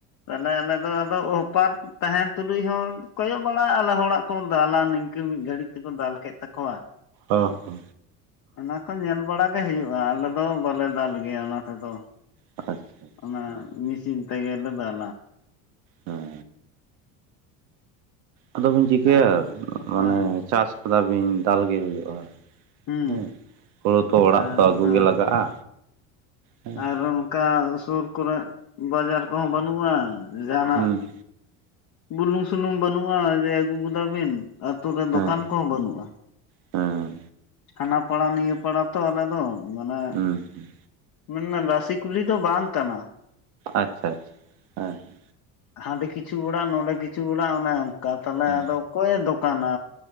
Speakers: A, on the left; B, on the right.
A: ᱛᱟᱦᱚᱞᱮ ᱟᱞᱮ ᱫᱚ ᱟᱫᱚ ᱦᱚᱯᱟᱨ ᱛᱟᱦᱮᱸᱱ ᱛᱩᱞᱩᱡ ᱦᱚᱸ ᱠᱚᱭᱚᱜ ᱵᱟᱲᱟᱜ ᱟᱞᱮ ᱦᱚᱲᱟᱜ ᱠᱚ ᱫᱟᱞᱟ ᱱᱤᱝᱠᱟᱹ ᱢᱤᱫ ᱜᱷᱟᱹᱲᱤᱡ ᱛᱮᱠᱚ ᱫᱟᱞ ᱠᱮᱫ ᱛᱟᱠᱚᱣᱟ᱾
B: ᱚ ᱦᱚ᱾
A: ᱚᱱᱟ ᱠᱚ ᱧᱮᱞ ᱵᱟᱲᱟ ᱜᱮ ᱦᱩᱭᱩᱜ-ᱟ, ᱟᱞᱮ ᱫᱚ ᱵᱟᱞᱮ ᱫᱟᱞ ᱜᱮᱭᱟ ᱚᱱᱟ ᱛᱮᱫᱚ᱾
B: ᱟᱪᱪᱷᱟ ᱟᱪᱪᱷᱟ ᱦᱮᱸ
A: ᱚᱱᱟ ᱢᱮᱥᱤᱱ ᱛᱮᱜᱮᱞᱮ ᱫᱟᱞ
B: ᱦᱮᱸ ᱟᱫᱚ ᱵᱤᱱ ᱪᱤᱠᱟᱹᱭᱟ
A: ᱟᱨ
B: ᱢᱟᱱᱮ
A: ᱦᱮᱸ
B: ᱪᱟᱥ ᱠᱟᱫᱟ ᱵᱤᱱ ᱫᱟᱞ ᱜᱮ ᱦᱩᱭᱩᱜ-ᱟ᱾
A: ᱦᱩᱸ
B: ᱦᱮᱸ, ᱦᱳᱲᱳ ᱛᱚ ᱚᱲᱟᱜ
A: ᱟᱨ
B: ᱫᱚ ᱟᱹᱜᱩ
A: ᱦᱮᱸ
B: ᱜᱮ ᱞᱟᱜᱟᱜᱼᱟ᱾ ᱦᱮᱸ
A: ᱟᱨ ᱚᱱᱠᱟ ᱥᱩᱨ ᱠᱚᱨᱮ᱾ ᱵᱟᱡᱟᱨ ᱠᱚᱦᱚᱸ ᱵᱟᱹᱱᱩᱜᱼᱟ ᱡᱟᱦᱟᱱᱟᱜ
B: ᱦᱮᱸ
A: ᱵᱩᱞᱩᱝ ᱥᱩᱱᱩᱢ ᱵᱟᱹᱱᱩᱜᱼᱟ ᱡᱮ ᱟᱹᱜᱩ ᱜᱚᱫᱟ ᱵᱤᱱ ᱟᱛᱩ ᱨᱮ
B: ᱦᱮᱸ
A: ᱫᱚᱠᱟᱱ ᱠᱚᱦᱚᱸ ᱵᱟᱹᱱᱩᱜᱼᱟ
B: ᱦᱮᱸ
A: ᱦᱟᱱᱟ ᱯᱟᱲᱟ ᱱᱤᱭᱟᱹ ᱯᱟᱲᱟ ᱛᱚ ᱟᱞᱮ ᱫᱚ ᱢᱟᱱᱮ
B: ᱦᱩᱸ ᱦᱩᱸ᱾
A: ᱢᱟᱱᱮ ᱨᱟᱥᱤ ᱠᱩᱞᱦᱤ ᱫᱚ ᱵᱟᱝ ᱠᱟᱱᱟ᱾
B: ᱟᱪᱪᱷᱟ ᱟᱪᱪᱷᱟ ᱦᱮᱸ᱾
A: ᱦᱟᱸᱰᱮ ᱠᱤᱪᱷᱩ ᱚᱲᱟᱜ ᱱᱚᱸᱰᱮ ᱠᱤᱪᱷᱩ ᱚᱲᱟᱜ ᱚᱱᱮ ᱚᱱᱠᱟ ᱛᱟᱦᱚᱞᱮ
B: ᱦᱮᱸ
A: ᱟᱫᱚ ᱚᱠᱚᱭ ᱮ ᱫᱚᱠᱟᱱᱟ᱾